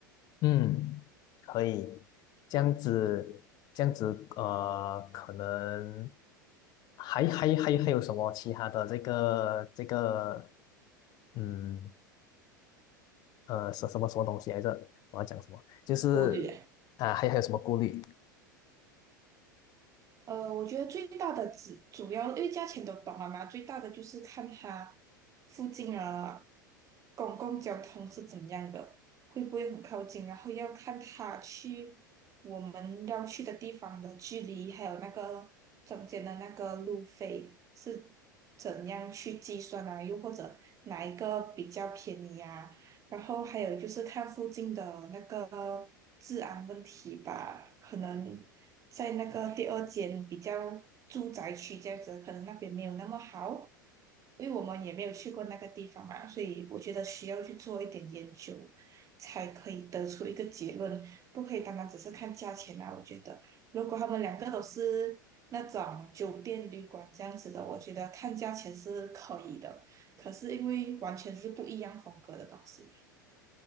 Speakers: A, on the left; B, on the right.
A: 嗯，可以，这样子，这样子，呃，可能还还还还有什么其他的这个这个，嗯呃，什什么什么东西来着？我要讲什么？就是啊，
B: 顾虑。
A: 还还有什么顾虑？
B: 呃，我觉得最大的只主要因为价钱都懂了嘛，最大的就是看它附近啊公共交通是怎样的，会不会很靠近，然后要看它去我们要去的地方的距离，还有那个中间的那个路费是怎样去计算啊，又或者哪一个比较便宜啊，然后还有就是看附近的那个治安问题吧，可能在那个第二间比较住宅区这样子，可能那边没有那么好，因为我们也没有去过那个地方嘛，所以我觉得需要去做一点研究，才可以得出一个结论，不可以单单只是看价钱啊。我觉得如果他们两个都是那种酒店旅馆这样子的，我觉得看价钱是可以的。可是因为完全是不一样风格的东西，